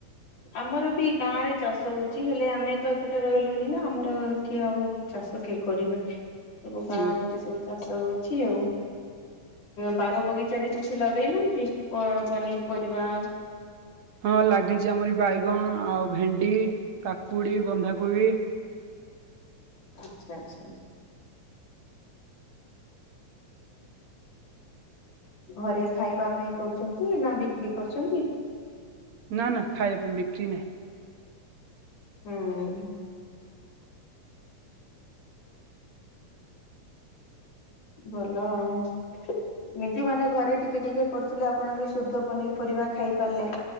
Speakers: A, on the left; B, on the right.
A: ଆମର ବି ଗାଁରେ ଚାଷ ହଉଛି ହେଲେ ଆମେ ତ ଏପଟେ ରହିଲୁଣି ନା ଆମର ଏଠି ଆଉ ଚାଷ କେହି କରିବେନି ସବୁ ଗାଁ
B: ଓହୋ
A: ପଟେ ସବୁ ଚାଷ ହଉଛି ଆଉ ବାର ବଗିଚାରେ କିଛି ଲଗେଇନାହାନ୍ତି ପନିର ପରିବା।
B: ହଁ ଲାଗିଛି ଆମରି ବାଇଗଣ ଆଉ ଭେଣ୍ଡି କାକୁଡି ବନ୍ଧାକୋବି।
A: ଆଚ୍ଛା ଆଚ୍ଛା। ଘରେ ଖାଇବା ପାଇଁ କରୁଛନ୍ତି ନା ବିକ୍ରି କରୁଛନ୍ତି?
B: ନା ନା ଖାଇବା ପାଇଁ ବିକ୍ରି ନାହିଁ।
A: ହୁଁ। ଭଲ ଆଉ ଏମିତି ମାନେ ଘରେ ଟିକେ ଟିକେ କରୁଥିଲେ ଆପଣ ବି ଶୁଦ୍ଧ ପନିର ପରିବା ଖାଇ ପାରିଲେ।